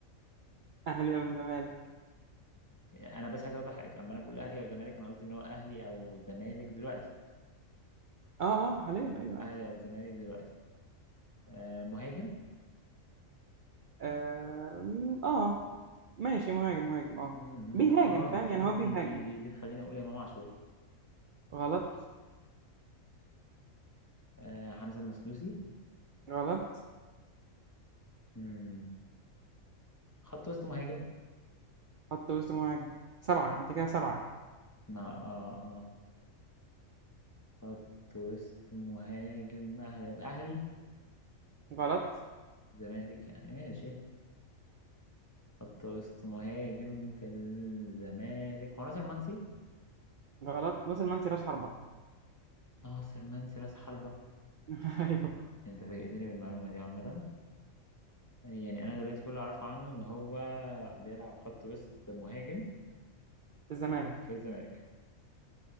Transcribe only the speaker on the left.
أنا بس عايز أوضح حاجة لما أنا بقول أهلي أو زمالك أنا قصدي إن هو أهلي أو زمالك دلوقتي
أهلي أو زمالك دلوقتي آه مهاجم
مم.
اه
دي
دي
دي دي دي خليني اقول امام عاشور
آه حمزة المسلوسي
مم. خط وسط مهاجم
ما اه اه خط وسط مهاجم اهلي اهلي
زمالك يعني ماشي خط وسط مهاجم في الزمالك هو ناصر منسي
ناصر منسي راس حربة
انت فاجئتني بالمعلومة دي عامة يعني انا دلوقتي كل اللي اعرفه عنه ان هو بيلعب خط وسط مهاجم
في الزمالك